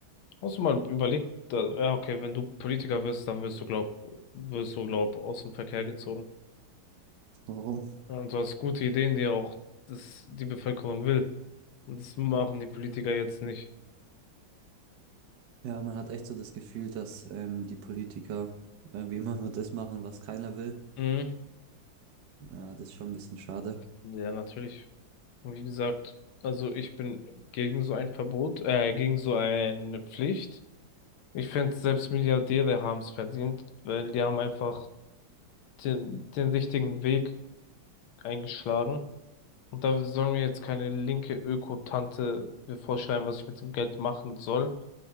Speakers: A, on the left; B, on the right.
A: hast du mal überlegt, da, ja, okay, wenn du Politiker wirst, dann wirst du, glaub, wirst du, glaub, aus dem Verkehr gezogen.
B: Warum?
A: Ja, Und du hast gute Ideen, die auch das, die Bevölkerung will. Und das machen die Politiker jetzt nicht.
B: Ja, man hat echt so das Gefühl, dass ähm, die Politiker irgendwie immer nur das machen, was keiner will.
A: Mhm.
B: Ja, das ist schon ein bisschen schade.
A: Ja, natürlich. Und wie gesagt, also ich bin gegen so ein Verbot, äh, gegen so eine Pflicht. Ich finde, selbst Milliardäre haben es verdient, weil die haben einfach den, den richtigen Weg eingeschlagen. Und da soll mir jetzt keine linke Öko-Tante mir vorschreiben, was ich mit dem Geld machen soll.